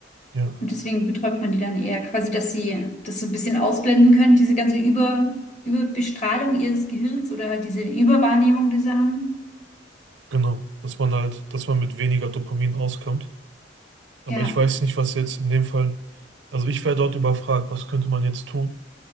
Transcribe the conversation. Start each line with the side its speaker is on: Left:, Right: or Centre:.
Right: Ja,
Left: Und deswegen betäubt man die dann eher quasi, dass sie das so ein bisschen ausblenden können, diese ganze Über, Überbestrahlung ihres Gehirns oder halt diese Überwahrnehmung, die sie haben.
Right: genau. Dass man halt, dass man mit weniger Dopamin auskommt. Aber
Left: Ja.
Right: ich weiß nicht, was jetzt in dem Fall, also ich wäre dort überfragt, was könnte man jetzt tun?